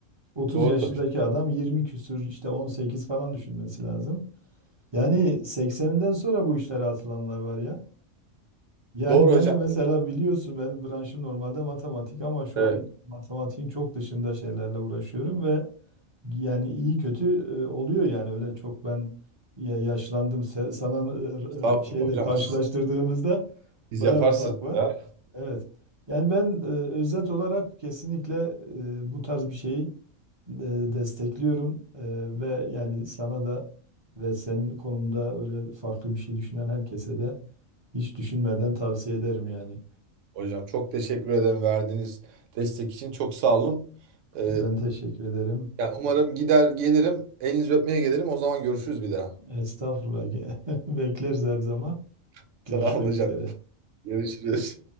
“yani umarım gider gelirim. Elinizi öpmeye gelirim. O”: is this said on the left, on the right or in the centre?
Right